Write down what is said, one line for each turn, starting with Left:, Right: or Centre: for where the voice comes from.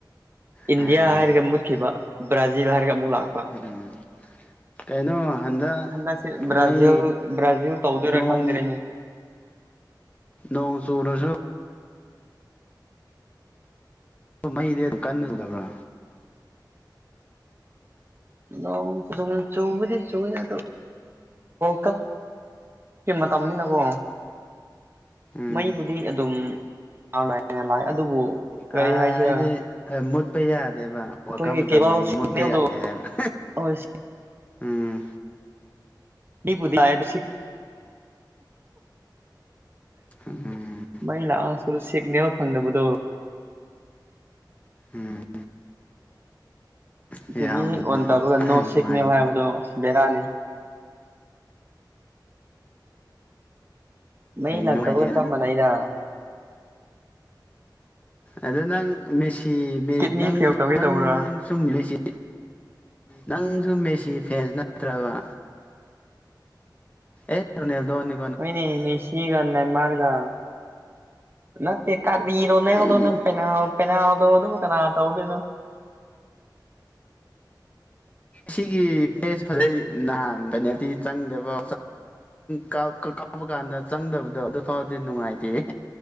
Right: ꯏꯟꯗꯤꯌꯥ
Left: ꯑꯥ
Right: ꯍꯥꯏꯔꯒ ꯃꯨꯠꯈꯤꯕ ꯕ꯭ꯔꯥꯖꯤꯜ ꯍꯥꯏꯔꯒ ꯑꯃꯨꯛ ꯂꯥꯛꯄ
Left: ꯎꯝ ꯀꯩꯅꯣ ꯍꯟꯗꯛ
Right: ꯍ ꯁꯤ ꯕ꯭ꯔꯥꯖꯤꯜ
Left: ꯃꯩ
Right: ꯭ꯔꯥꯖꯤꯜ ꯇꯧꯗꯨꯔ
Left: ꯅꯣꯡ
Right: ꯈꯗꯔꯦꯅ
Left: ꯅꯣꯡ ꯆꯨꯔꯁꯨ ꯃꯩꯁꯦ ꯀꯟꯅ ꯎꯗꯕ꯭ꯔꯥ
Right: ꯂꯣꯡ ꯆꯗꯤ ꯆꯔ ꯀꯞ ꯀ ꯃꯇꯝꯅꯤꯅꯀꯣ
Left: ꯎꯝ
Right: ꯃꯩꯕꯨꯗꯤ ꯑꯗꯨꯝ ꯉꯥꯜꯂꯛꯑ ꯂꯥꯛ ꯑꯗꯨꯕꯨ ꯀꯔꯤ
Left: ꯑ
Right: ꯍꯥꯏꯁꯤꯔꯥ
Left: ꯑꯩꯗꯤ ꯃꯨꯠꯄ ꯌꯥꯗꯦꯕ
Right: ꯑꯩꯈꯣꯏꯒꯤ
Left: ꯋꯥꯀꯔ ꯃꯇꯝꯅꯤ
Right: ꯀꯦꯕꯜ
Left: ꯑꯗꯨ
Right: ꯁꯤꯒꯅꯦꯜꯗꯣ
Left: ꯃꯣꯠꯄ ꯌꯥꯗꯦ ꯍꯥꯏꯕ
Right: ꯍꯣꯏ
Left: ꯎꯝ
Right: ꯕꯨꯕ <inaudible>
Left: ꯎꯝ
Right: ꯃꯩ ꯂꯥꯛꯑꯁꯨ ꯁꯤꯒꯅꯦꯜ ꯐꯪꯗꯕꯗꯣ
Left: ꯎꯝ ꯌꯥꯝꯅ
Right: ꯁꯤꯗꯤ ꯍꯦꯛ ꯑꯣꯟ ꯇꯧꯔꯒ ꯅꯣ
Left: ꯅꯨꯡꯉꯥꯏ
Right: ꯁꯤꯛꯅꯦꯕ ꯍꯥꯏꯕꯗꯣ ꯑꯁ ꯕꯦꯔꯥꯅꯤ ꯃꯩ ꯂꯥꯛꯇꯕꯒ
Left: ꯅꯨꯡꯉꯥꯏꯇꯦ
Right: ꯊꯝꯕꯅ ꯑꯩꯅ
Left: ꯑꯗ ꯅꯪꯦꯁꯤ
Right: ꯀꯤꯠꯅꯤ
Left: ꯅꯪ
Right: ꯐꯦꯜ ꯇꯧꯒꯦ
Left: ꯅꯪ
Right: ꯇꯧꯕ꯭ꯔꯥ
Left: ꯁꯨꯝ ꯃꯦꯁꯤ ꯅꯪ ꯁꯨꯝ ꯃꯦꯁꯤ ꯐꯦꯟꯖ ꯅꯠꯇ꯭ꯔꯕ ꯑꯦꯅꯤꯗꯣꯅꯤ
Right: ꯍꯣꯏꯅꯦ ꯃꯤ ꯁꯤꯒꯥꯟꯅ ꯃꯥꯔꯒ ꯅꯠꯇ ꯀꯔꯤꯔꯣꯅꯦ
Left: ꯑꯩ
Right: ꯑꯣꯗꯣ ꯄꯦꯅꯥ ꯄꯦꯅꯥꯗꯣ ꯑꯣ ꯑꯗꯨꯕꯨ ꯀꯅꯥ ꯇꯧꯗꯅꯣ
Left: ꯁꯤꯒꯤ ꯦꯁ ꯐꯖꯩ ꯅꯥꯍꯟꯕꯅꯦꯗꯤ ꯆꯪꯗꯕ <inaudible> ꯀꯥꯞꯄ ꯀꯥꯟꯗ ꯆꯪꯗꯕꯗꯣ ꯑꯗꯨꯐꯥꯎꯗꯤ ꯅꯨꯡꯉꯥꯏꯇꯦ <inaudible>